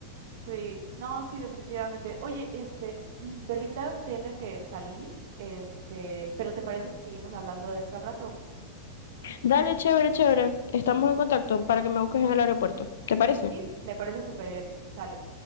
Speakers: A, on the right; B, on the left.
A: Sí, no, sí, definitivamente. Oye, este, mi perrita tiene que salir, este, pero ¿te parece si seguimos hablando de esto al rato?
B: Dale, chévere, chévere. Estamos en contacto para que me busques en el aeropuerto. ¿Te parece?
A: Sí, me parece súper bien. Sale.